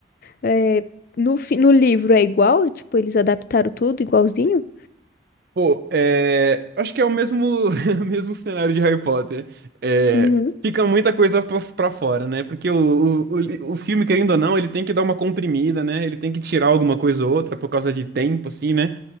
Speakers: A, on the left; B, on the right.
A: É, no, fi- no livro é igual, tipo, eles adaptaram tudo igualzinho?
B: pô, é, acho que é o mesmo, <laughs> o mesmo cenário de Harry Potter. É,
A: Uhum,
B: fica muita coisa pra, pra fora, né? Porque o, o, o, li- o filme, querendo ou não, ele tem que dar uma comprimida, né? Ele tem que tirar alguma coisa ou outra por causa de tempo, assim, né?